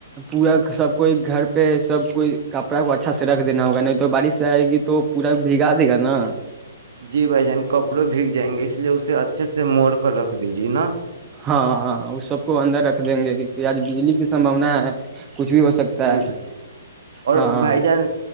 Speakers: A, on the right (about 20°); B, on the right (about 65°).
A: پورا سب کوئی گھر پہ سب کوئی کپڑا کو اچھا سے رکھ دینا ہوگا نہیں تو بارش سے آئے گی تو پورا بھگا دے گا نا
B: جی بھائی جان کپڑوں بھیگ جائیں گے اس ے اسے اچھے سے موڑ کر رکھ دیجیے نا
A: ہاںاں اس سب کو اندر رکھ دیں گے کیونکہ آج بجلی کی سمباونا ہے کچھ بھی ہو سکتا
B: جی
A: ہے
B: بھائیے <inaudible> اور
A: ہاں
B: بھائی جان